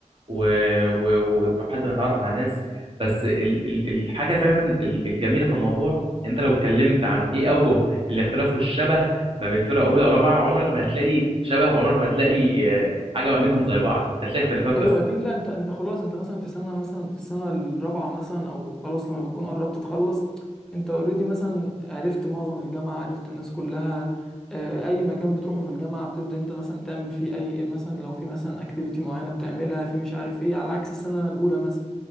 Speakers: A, on the right; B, in the centre.
A: ولحد و... و- ولحد ما تعرف على ناس بس ال... ال... الحاجه فعلا ال- الجميله في الموضوع ان انت لو اتكلمت عن ايه اوجه الاختلاف والشبه ما بين فرقه اولى ورابعه عمرك ما هتلاقي شبه وعمرك ما هتلاقي آه، حاجه ما بينهم زي بعض انت هتلاقي اختلافات بس
B: ايوه اكيد لا انت انت خلاص انت مثلا في سنة مثلا في السنة الرابعة مثلا او خلاص لما بتكون قربت تخلص انت اوريدي مثلا عرفت معظم الجامعة عرفت الناس كلها آه، اي مكان بتروحه في الجامعة بتبدأ انت مثلا تعمل فيه اي مثلا لو في مثلا اكتيفيتي معينة بتعملها في مش عارف ايه على عكس السنة الاولى مثلا